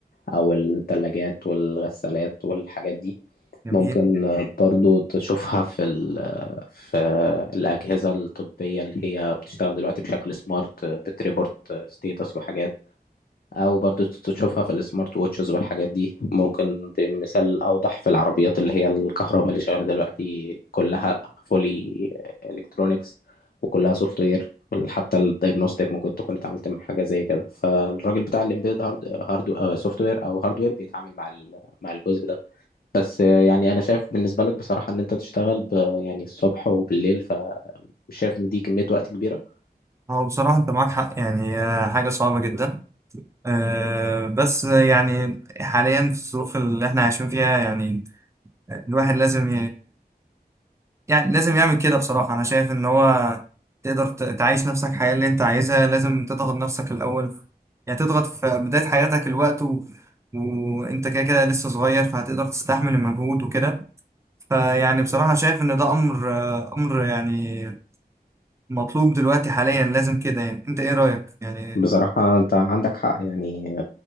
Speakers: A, on the left; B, on the right.
A: أو الثلاجات والغسالات والحاجات دي
B: جميل
A: ممكن آه، برضو تشوفها في ال في الأجهزة الطبية اللي هي بتشتغل دلوقتي بشكل سمارت آه، بتريبورت ستيتس وحاجات او برضو تشوفها في السمارت ووتشز والحاجات دي ممكن بمثال اوضح في العربيات اللي هي الكهرباء اللي شغاله دلوقتي كلها فولي الكترونكس وكلها سوفت وير حتى الدايجنوستيك ممكن تكون اتعاملت مع حاجه زي كده فالراجل بتاع الامبيد هارد هارد سوفت وير او هارد وير بيتعامل مع ال- مع الجزء ده بس آه، يعني انا شايف بالنسبه لك بصراحه ان انت تشتغل ب يعني الصبح وبالليل فمش شايف ان دي كميه وقت كبيره
B: هو بصراحة أنت معاك حق يعني آه، حاجة صعبة جدا آه، بس يعني حاليا في الظروف اللي احنا عايشين فيها يعني الواحد لازم يعني لازم يعمل كده بصراحة أنا شايف إن هو تقدر ت- تعيش نفسك الحياة اللي أنت عايزها لازم تضغط نفسك الأول يعني تضغط في بداية حياتك الوقت و... وأنت كده كده لسه صغير فهتقدر تستحمل المجهود وكده فيعني بصراحة شايف إن ده أمر أمر يعني مطلوب دلوقتي حاليا لازم كده يعني أنت إيه رأيك يعني
A: بصراحه انت عندك حق يعني